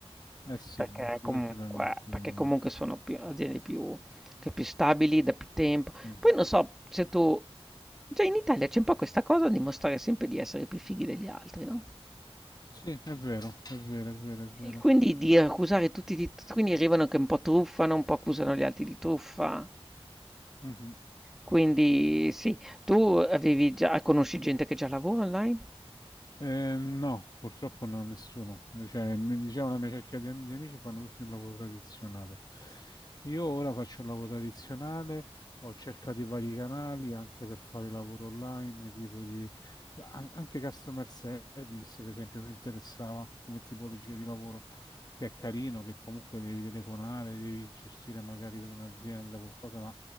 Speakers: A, on the left (about 40°); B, in the centre.
A: Eh sì,
B: Perché
A: perché poi
B: comunque
A: ci permette
B: perché
A: di...
B: comunque sono più aziende più che più stabili da più tempo.
A: Mhm.
B: Poi non so se tu cioè in Italia c'è un po' questa cosa di mostrare sempre di essere più fighi degli altri, no?
A: Sì, è vero, è vero, è vero, è vero.
B: E quindi di accusare tutti di t quindi arrivano che un po' truffano, un po' accusano gli altri di truffa.
A: Mhm.
B: Quindi sì. Tu avevi già conosci gente che già lavora online?
A: Eh, no, purtroppo no, nessuno. Eh, Cioè, mi diceva la mia cerchia di, am- di amici fanno tutti un lavoro tradizionale. Io ora faccio un lavoro tradizionale, ho cercato i vari canali anche per fare lavoro online, tipo di an- anche customer service, per esempio, mi interessava come tipologia di lavoro, che è carino, che comunque devi telefonare, devi gestire magari per un'azienda qualcosa, ma